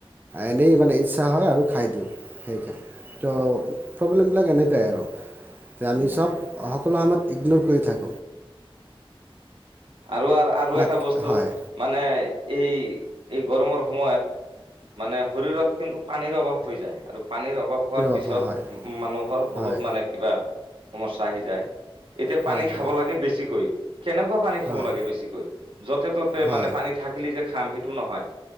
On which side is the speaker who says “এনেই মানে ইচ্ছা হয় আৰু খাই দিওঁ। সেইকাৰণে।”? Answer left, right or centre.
Right